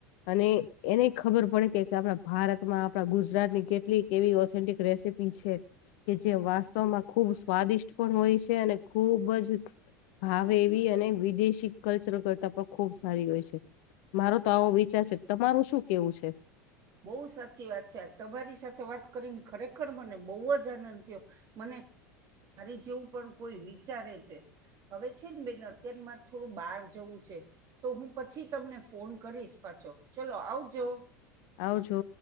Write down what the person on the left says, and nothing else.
અને એને ખબર પડે કે આપણા ભારતમાં આપણા ગુજરાતની કેટલીક એવી ઓથેન્ટિક રેસીપી છે કે જે વાસ્તવમાં ખુબ સ્વાદિષ્ટ પણ હોય છે. છે અને ખુબ જ ભાવે એવી અને વિદેશી કલ્ચર કરતા પણ ખુબ સારી હોય છે. મારો તો આવો વિચાર છે તમારું શું કેવું છે.
આવજો